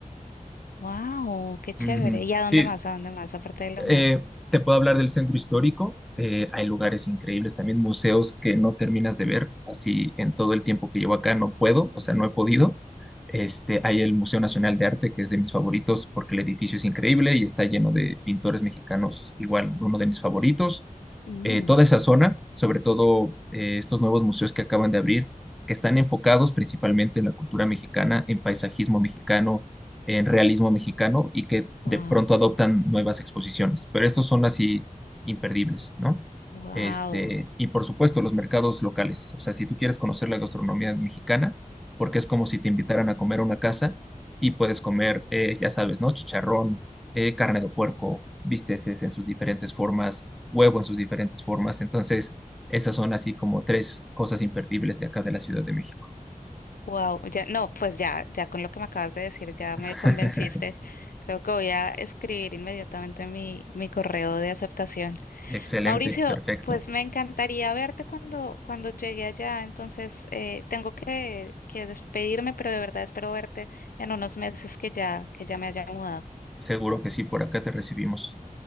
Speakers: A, on the left; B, in the centre.
A: Wow, qué chévere.
B: Ujú.
A: ¿Y a dónde
B: Sí,
A: más? ¿A dónde más? Aparte de la
B: Eh,
A: UNAM.
B: te puedo hablar del centro histórico. eh, hay lugares increíbles, también museos que no terminas de ver. Así en todo el tiempo que llevo acá no puedo, o sea, no he podido. Este, hay el Museo Nacional de Arte, que es de mis favoritos porque el edificio es increíble y está lleno de pintores mexicanos, igual uno de mis favoritos
A: Mm,
B: eh, toda esa zona, sobre todo eh, estos nuevos museos que acaban de abrir, que están enfocados principalmente en la cultura mexicana, en paisajismo mexicano, en realismo mexicano y que
A: wow,
B: de pronto adoptan nuevas exposiciones. Pero estos son así imperdibles, ¿no?
A: wow,
B: Este, y por supuesto, los mercados locales. O sea, si tú quieres conocer la gastronomía mexicana, porque es como si te invitaran a comer a una casa y puedes comer, eh, ya sabes, ¿no? Chicharrón, eh, carne de puerco, bisteces en sus diferentes formas, huevo en sus diferentes formas. Entonces, esas son así como tres cosas imperdibles de acá de la Ciudad de México.
A: wow. Ya, no, pues ya, ya con lo que me acabas de decir, ya
B: <laughs>
A: me convenciste. Creo que voy a escribir inmediatamente mi, mi correo de aceptación.
B: Excelente,
A: Mauricio,
B: perfecto.
A: pues me encantaría verte cuando, cuando llegue allá. Entonces, eh, tengo que, que despedirme, pero de verdad espero verte en unos meses que ya, que ya me haya mudado.
B: Seguro que sí, por acá te recibimos.